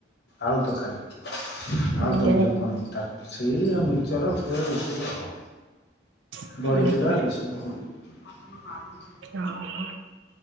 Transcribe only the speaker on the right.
ଆଜ୍ଞା
ଆଜ୍ଞା
ଓହୋ